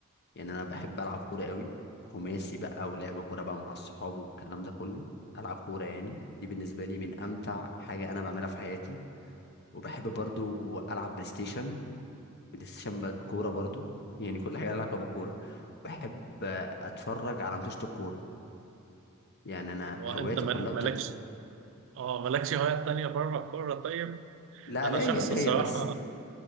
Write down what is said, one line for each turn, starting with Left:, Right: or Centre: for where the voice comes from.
Left: يعني انا بحب العب كورة قوي خماسي بقى ولعب كورة بقى مع الصحاب والكلام ده كله العب كورة يعني دي بالنسبة لي من امتع حاجة انا بعملها في حياتي وبحب برضو العب بلاي ستيشن بلاي ستيشن ب- كوره برضو يعني كل حاجه لها علاقه بالكوره بحب اتفرج على ماتشات الكوره يعني انا
Right: وأنت
Left: هواياتي
Right: ما-
Left: كلها بتت...
Right: مالكش آه مالكش هوايات تانية بره الكورة طيب
Left: لا
Right: أنا
Left: ليا
Right: شخص
Left: ليا
Right: الصراحة
Left: بس